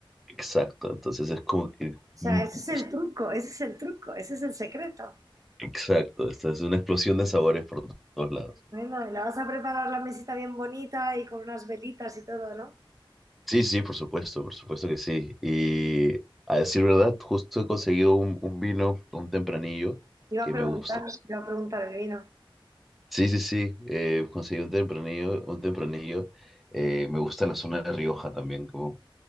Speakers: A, in the centre; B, on the right.
A: Exacto, entonces es como que...
B: O sea,
A: mm,
B: ese es
A: es-
B: el truco, ese es el truco, ese es el secreto.
A: Exacto, esta es una explosión de sabores por todos lados.
B: Bueno, y la vas a preparar la mesita bien bonita y con unas velitas y todo, ¿no?
A: Sí, sí, por supuesto, por supuesto que sí. Y a decir verdad, justo he conseguido un, un vino, un tempranillo,
B: Iba
A: que
B: a
A: me
B: preguntar,
A: gusta.
B: iba a preguntar el vino.
A: Sí, sí, sí, eh, conseguí un tempranillo, un tempranillo. Eh, me gusta la zona de Rioja también, como